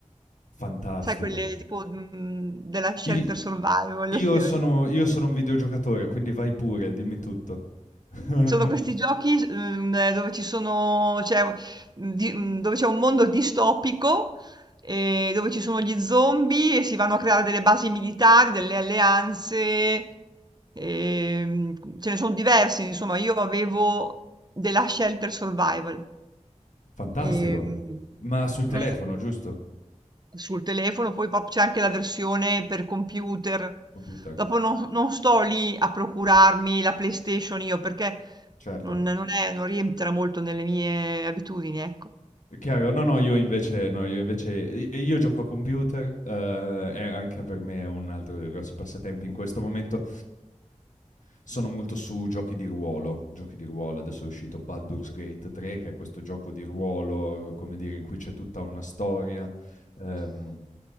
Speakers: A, on the left (about 80°); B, on the right (about 35°).
A: fantastico.
B: sai, quelle tipo mh, della Shelter
A: I-
B: Survival,
A: io,
B: <laughs>
A: sono, io sono un videogiocatore, quindi vai pure, dimmi tutto. <laughs>
B: Sono questi giochi, s uhm, dove ci sono c'è u di mhmm, dove c'è un mondo distopico, ehm, dove ci sono gli zombie e si vanno a creare delle basi militari, delle alleanze, ehm, mhmm, ce ne son diversi, insomma. Io avevo The Last Shelter Survival,
A: Fantastico.
B: ehm
A: Ma sul telefono,
B: eh.
A: giusto?
B: Sul telefono, poi pop c'è anche la versione per computer.
A: Computer,
B: Dopo non, non sto lì a procurarmi la PlayStation io perché
A: certo.
B: non, non è- non rientra molto nelle mie abitudini, ecco.
A: Chiaro, no, no, io invece, no, io invece, i- io gioco a computer, eh, è anche per me è un altro dei grossi passatempi in questo momento. sono molto su giochi di ruolo, giochi di ruolo, adesso è uscito Baldur's Gate 3 che è questo gioco di ruolo, come dire, in cui c'è tutta una storia. Ehm,